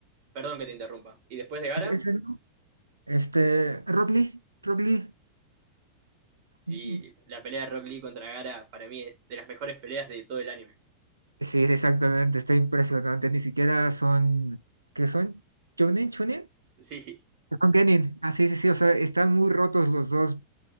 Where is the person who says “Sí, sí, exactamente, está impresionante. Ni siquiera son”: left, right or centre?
Right